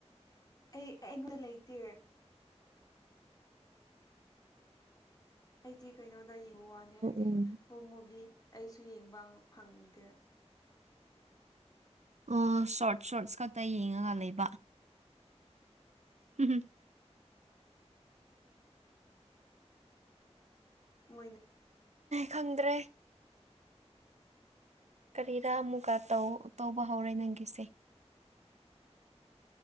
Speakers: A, on the left; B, on the right.
A: ꯑꯩ ꯑꯩꯉꯣꯟꯗ ꯂꯩꯇꯦ ꯑꯩꯗꯤ ꯀꯩꯅꯣꯗ ꯌꯦꯡꯕꯥꯋꯥꯅꯦ ꯍꯥꯏꯗꯤ
B: ꯎꯝ
A: ꯐꯨꯜ ꯃꯨꯚꯤ ꯑꯩꯁꯨ ꯌꯦꯡꯕ ꯐꯪꯗꯦ
B: ꯑꯣ ꯁꯣꯔꯠ ꯁꯣꯔꯠꯁ ꯈꯛꯇ ꯌꯦꯡꯉꯒ ꯂꯩꯕ ꯎꯝ
A: ꯃꫭꯏꯅ
B: ꯈꯪꯗ꯭ꯔꯦ ꯀꯔꯤꯔ ꯑꯃꯨꯛꯀꯥ ꯇꯧ ꯇꯧꯕ ꯍꯧꯔꯦ ꯅꯪꯒꯤꯁꯦ